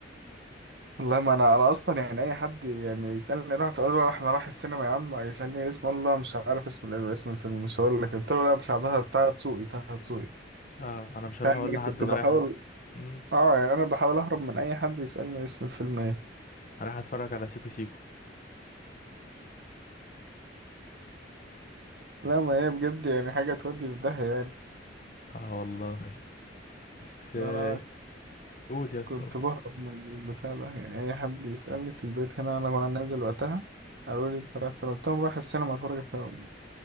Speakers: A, on the right; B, on the left.
A: والله ما انا انا اصلا يعني اي حد يعني يسالني راح تقول له احنا رايح السينما يا عم يسالني إيه اسمه اقول له لا مش عارف اسم ال- اسم الفيلم مش هقول لك قلت له لا مش هحضرها بتاع تسوقي بتاع تسوقي طه دسوقي.
B: اه انا مش هروح
A: فاهم
B: اقول
A: انا
B: لحد
A: كنت
B: انا
A: بحاول
B: رايح أت... مم.
A: اه يعني انا بحاول اهرب من اي حد يسألني اسم الفيلم ايه
B: انا رايح اتفرج على سيكو سيكو
A: لا ما هي بجد يعني حاجة تودي في داهية يعني
B: اه والله بس آه،
A: انا
B: قول يا اسطى
A: كنت
B: قول.
A: بهرب من البتاع ده يعني اي حد يسألني في البيت هنا انا وانا نازل وقتها قالوا لي انت رايح فين قلت لهم رايح السينما اتفرج فيلم